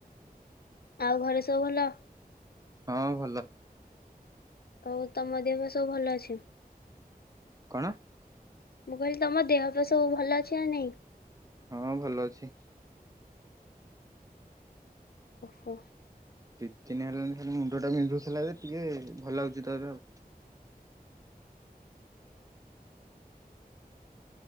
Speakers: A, on the left; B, on the right.
A: ଆଉ ଘରେ ସବୁ ଭଲ?
B: ହଁ, ଭଲ।
A: ହଉ ତମ ଦେହ ପା ସବୁ ଭଲ ଅଛି?
B: କଣ?
A: ମୁଁ କହିଲି ତମ ଦେହପା ସବୁ ଭଲ ଅଛି ନା ନାଇଁ?
B: ହଁ ଭଲ ଅଛି।
A: ଓହୋ।
B: ଦି ଦିନି ହେଲାଣି ତ ମୁଣ୍ଡ ଟା ବିନ୍ଧୁଥିଲା ଯେ ଟିକେ ଭଲ ଲାଗୁଛି ତ ଏବେ ଆଉ।